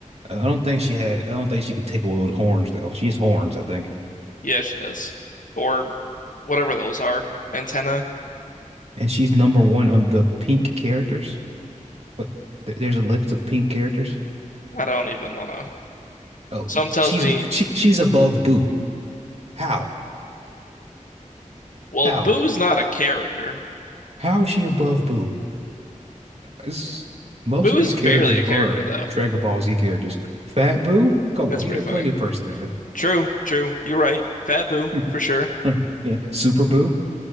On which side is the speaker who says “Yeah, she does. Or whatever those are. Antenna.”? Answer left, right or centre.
Left